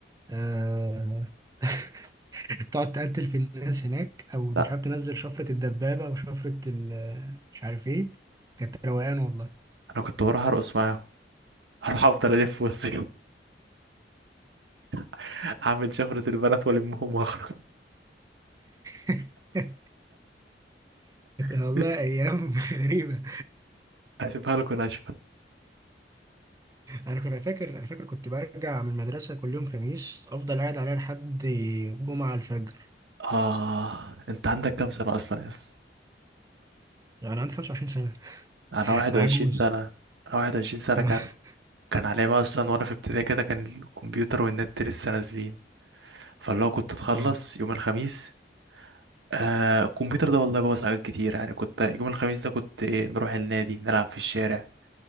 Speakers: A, on the right; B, on the right.
A: آه <laughs> تقعد تقتل في الناس هناك او مش
B: لا.
A: عارف تنزل شفره الدبابه وشفره ال- مش عارف ايه كانت روقان والله
B: انا كنت بروح ارقص معاهم <laughs> هروح افضل الف وسط <laughs> اعمل شفرة البنات والمهم واخرج
A: <laughs>
B: <laughs>
A: والله ايام <laughs> غريبه
B: هسيبها لكم ناشفة
A: انا كنت فاكر انا فاكر كنت برجع من المدرسه كل يوم خميس افضل قاعد عليها لحد جمعه الفجر
B: اه انت عندك كام سنة اصلا يس
A: يعني عندي 25 سنه
B: انا 21
A: انا عجوز
B: سنة انا 21 سنة
A: <laughs>
B: كان كان عليا بقى اصلا وانا في ابتدائي كده كان الكمبيوتر والنت لسه نازلين فاللي هو كنت اتخلص
A: اه
B: يوم الخميس آه الكمبيوتر ده والله بوظ حاجات كتير يعني كنت يوم الخميس ده كنت إيه نروح النادي نلعب في الشارع